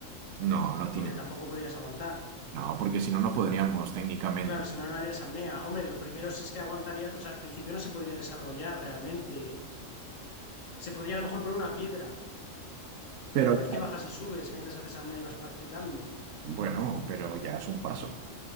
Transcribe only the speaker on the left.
porque tampoco podrías aguantar.
Claro, si no, no harías apnea. Hombre, lo primero es es que aguantarías, o sea, al principio no se podría desarrollar realmente Se podría a lo mejor poner una piedra
cada vez que bajas y subes, mientras haces apnea y vas practicando.